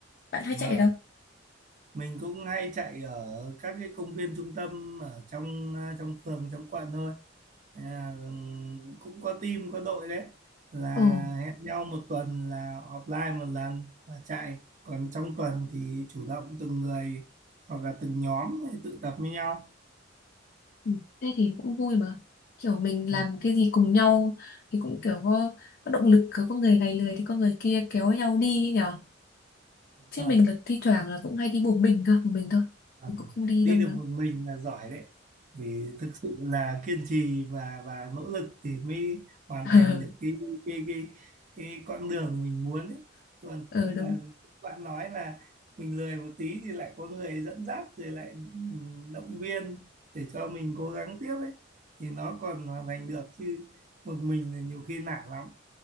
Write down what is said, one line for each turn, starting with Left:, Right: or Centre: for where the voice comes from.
Left: bạn hay
Right: đúng
Left: chạy
Right: rồi
Left: đâu
Right: mình cũng hay chạy ở các cái công viên trung tâm ở trong à, trong phường trong quận thôi à, cũng có team có đội đấy là
Left: ừ
Right: hẹn nhau một tuần là offline một lần và chạy còn trong tuần thì chủ động từng người hoặc là từng nhóm tự tập với nhau
Left: Ừ, Thế thì cũng vui mà kiểu mình
Right: ừ,
Left: làm cái gì cùng nhau thì cũng kiểu có, có động lực có, có người này lười thì có người kia kéo nhau đi ấy nhở
Right: đúng
Left: chứ
Right: rồi
Left: mình là thi thoảng là cũng hay đi một mình cơ một mình thôi
Right: Ờ,
Left: mình cũng không đi
Right: đi
Left: đâu nữa
Right: được một mình là giỏi đấy vì thực sự là kiên trì và và nỗ lực thì mới hoàn
Left: <laughs>
Right: thành được cái cái cái cái con đường mình muốn ấy còn
Left: ờ
Right: kia
Left: đúng
Right: là bạn nói là mình lười một tí thì lại có người dẫn dắt rồi lại ừm, động viên để cho mình cố gắng tiếp ấy thì nó còn hoàn thành được chứ một mình là nhiều khi nản lắm